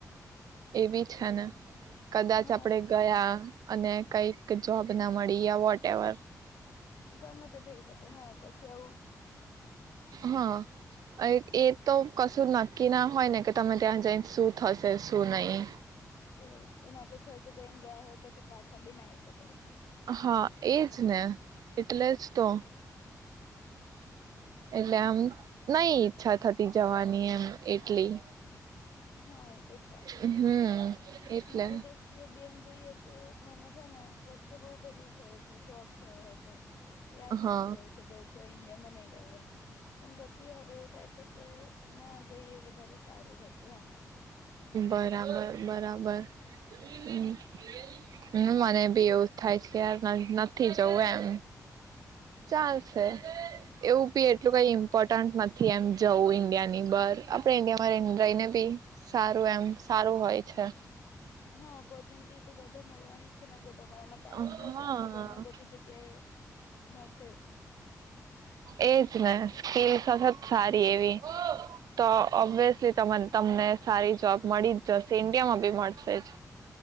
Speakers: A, on the right; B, on the left.
A: એ બી છે ને. કદાચ
B: હા
A: આપડે
B: એ તો
A: ગયા
B: છે
A: અને કઈક જોબ ના મળી યા વોટ એવર.
B: ગમે તે થઈ શકે હા પછી આવું
A: હા એ તો કશું નક્કી ના હોય ને કે તમે ત્યાં જઈ શું થશે શું નહી.
B: એજ અને આટલો ખર્ચો કરીને ગયા હોય પછી પાછા બી ના આવી શકાય.
A: હા એજ ને એટલે જ. તો, એટલે આમ નઈ ઈચ્છા થતી જવાની એમ એટલી.
B: હા એ તો છે.
A: હમ એટલે
B: મારી દ્રષ્ટિએ બેમ જોઈએ તો. મને છે ને વચ્ચે બહુ પેલું થયું હતું શોખ થયો હતો. કે યાર
A: હા
B: મને જવું છે જ. ઈન્ડિયામાં નહી રહવ્યું એમ, પણ પછી હવે થાય છે કે ના ગઈ એ વધારે સારું હતું એમ
A: બરાબર, બરાબર, હમ્મ મને બી એવું જ થાય છે ક યાર નથી જવું એમ ચાલશે. એવું બી એટલું
B: હા
A: કઈ ઇમ્પોર્ટન્ટ નથ થી એમ જવું ઈન્ડિયાની બાર, આપડે ઇન્ડિયામાં રઈ રઈને બી સારું એમ સારું હોય છે.
B: હા ઓપોર્ચ્યુનિટી તો બધે મળવાની જ છેને અગર તમારામાં ટેલેન્ટ
A: હાં,
B: હશે
A: હાં,
B: તો તમને બધી જગ્યાએ મળશે જ
A: એજ ને સ્કીલ સાથે સારી એવી તો ઓબ્વિયસલી તમન તમને સારી જોબ મળી જ જશે ઇન્ડિયામાં ઈ મળશે જ